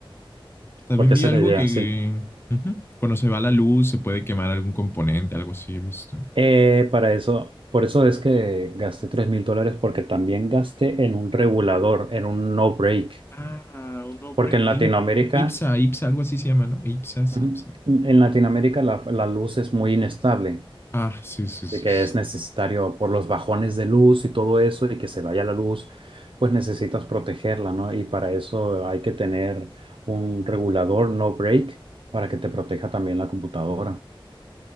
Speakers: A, on the left (about 25°); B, on the right (about 65°).
A: También
B: porque
A: vi
B: esa
A: algo
B: es la idea,
A: que...
B: sí.
A: Uh -huh. Cuando se va la luz, se puede quemar algún componente, algo así he visto.
B: Eh, para eso, por eso es que gasté tres mil dólares, porque también gasté en un regulador, en un no break,
A: Ah, un, obre-
B: porque en Latinoamérica,
A: y un, un IPSA, IPSA, algo así se llama, ¿no? IPSA, sí,
B: ujú,
A: IPSA.
B: en Latinoamérica la, la luz es muy inestable.
A: Ah, sí, sí,
B: Así
A: sí.
B: que
A: sí.
B: es necesario por los bajones de luz y todo eso y que se vaya la luz, pues necesitas protegerla, ¿no? Y para eso hay que tener un regulador no break para que te proteja también la computadora.